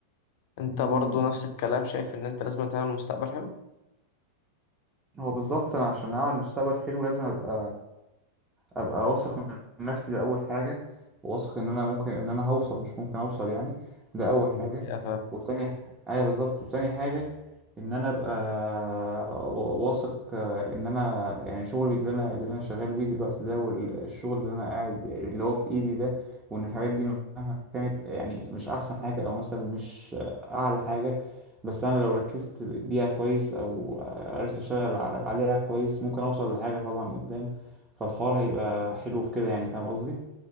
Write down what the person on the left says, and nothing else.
انت
برضو نفس الكلام شايف ان انت لازم تعمل مستقبل حلو
دي
حقيقة فاهم